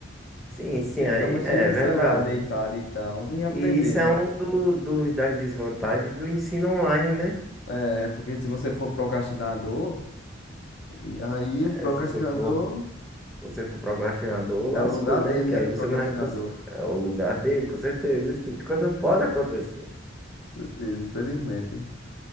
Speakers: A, in the centre; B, on the left.
A: Sim, sim,
B: Ia
A: aí
B: ficar mexendo
A: é
B: no
A: verdade.
B: celular, deitado e tal. Não ia aprender,
A: E isso
B: né?
A: é um do, dos, das desvantagens do ensino online, né?
B: É, porque se você for procrastinador, e aí
A: É,
B: o procrastinador
A: se você for, você for procrastinador, lascou,
B: é o lugar
A: né?
B: dele,
A: Porque
B: né?
A: aí
B: Do
A: você
B: procrastinador.
A: não vai. cons- É o lugar dele, com certeza. Esse tipo de coisa não pode acontecer,
B: Com certeza, infelizmente.